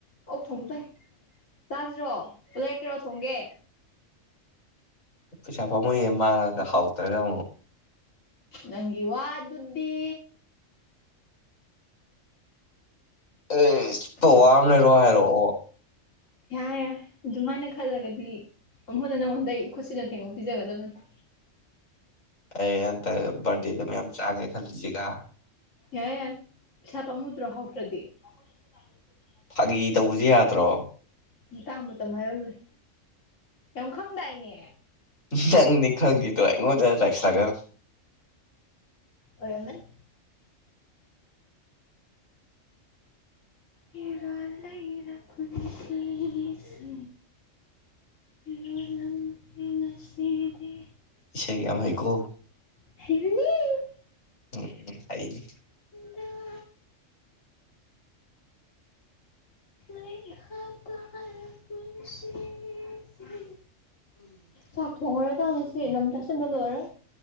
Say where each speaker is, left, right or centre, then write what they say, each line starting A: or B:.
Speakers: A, on the left; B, on the left.
A: ꯑꯣꯛ ꯊꯣꯡꯕꯖꯨ ꯍꯩ ꯆꯥꯖꯤꯔꯣ ꯂꯩꯔꯛꯀꯦꯔꯣ ꯊꯣꯡꯒꯦ
B: ꯄꯩꯁꯥ ꯄꯥꯝꯃꯨꯏꯌꯦ ꯃꯥꯡꯉꯒ ꯍꯥꯎꯇ꯭ꯔꯒ ꯑꯃꯨꯛ
A: ꯅꯪꯒꯤ ꯋꯥꯗꯨꯗꯤ
B: ꯑꯦꯁ ꯄꯧꯋꯥ ꯑꯃ ꯂꯩꯔꯣ ꯍꯥꯏꯔꯛꯑꯣ
A: ꯌꯥꯔꯦ ꯌꯥꯔꯦ ꯑꯗꯨꯃꯥꯏꯅ ꯈꯜꯂꯒꯗꯤ ꯑꯃꯨꯛ ꯍꯟꯅ ꯅꯪꯉꯣꯟꯗ ꯏꯈꯨꯠꯁꯤꯅ ꯊꯦꯡꯕ ꯄꯤꯖꯒꯗꯕ ꯅꯠꯇꯦ
B: ꯑꯩ ꯍꯟꯇꯛ ꯕꯔꯗꯦꯗ ꯃꯌꯥꯝ ꯆꯥꯒꯦ ꯈꯜꯂꯤꯖꯤꯒ
A: ꯌꯥꯔꯦ ꯌꯥꯔꯦ ꯄꯩꯁꯥ ꯄꯥꯝꯃꯨꯗ꯭ꯔꯣ ꯍꯥꯎꯇ꯭ꯔꯗꯤ ꯑꯈꯣꯏ <unintelligible>
B: ꯐꯥꯒꯤ ꯇꯧꯕꯖꯦ ꯌꯥꯗ꯭ꯔꯣ
A: ꯥꯃꯇꯥꯡ ꯃꯇꯝ ꯍꯥꯏꯕ ꯑꯝꯂꯩ ꯌꯥꯝ ꯈꯪꯗꯥꯏꯅꯦ
B: ꯅꯪꯅꯤ ꯈꯪꯉꯤꯗꯣ ꯑꯩꯉꯣꯟꯗꯒ ꯇꯥꯏꯁꯜꯂꯛꯀꯅꯨ
A: ꯑꯣꯏꯔꯝꯃꯅꯤ ꯏꯔꯥꯜ ꯂꯩꯔꯥ ꯄꯨꯟꯁꯤꯁꯦ ꯌꯣꯜ ꯂꯝꯂꯦ ꯉꯁꯤꯗꯤ
B: ꯏꯁꯩꯒ ꯌꯥꯝ ꯍꯩꯀꯣ
A: ꯍꯩꯕꯅꯦ
B: ꯑꯦꯑꯦ ꯑꯩꯗꯤ
A: <unintelligible> ꯂꯩꯈꯥ ꯇꯥꯔ ꯄꯨꯟꯁꯤ ꯁꯤꯁꯦ ꯆꯥꯛ ꯊꯣꯡꯉꯨꯔꯗꯧꯅꯤ ꯁꯤ ꯂꯝ ꯇꯥꯁꯟꯕ ꯂꯣꯏꯔꯒ